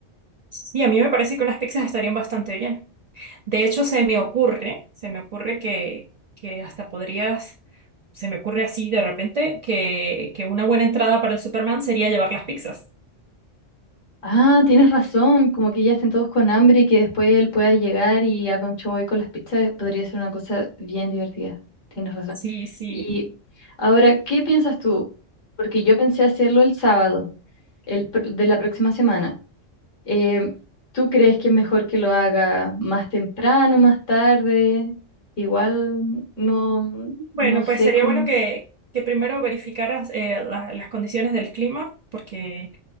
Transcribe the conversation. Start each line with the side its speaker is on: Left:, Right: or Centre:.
Right: Y a mí me parece que unas pizzas estarían bastante bien. De hecho, se me ocurre, se me ocurre que, que hasta podrías, se me ocurre así de repente, que, que una buena entrada para el Superman sería llevar las pizzas.
Left: Ah, tienes razón, como que ya estén todos con hambre y que después él pueda llegar y haga un show ahí con las pizzas, podría ser una cosa bien divertida. Tienes razón.
Right: Sí, sí.
Left: Y ahora, ¿qué piensas tú? Porque yo pensé hacerlo el sábado, el pr- de la próxima semana. Eh, ¿tú crees que es mejor que lo haga más temprano, más tarde? Igual no,
Right: Bueno,
Left: no sé
Right: pues sería
Left: cómo.
Right: bueno que, que primero verificaras eh, las las condiciones del clima, porque...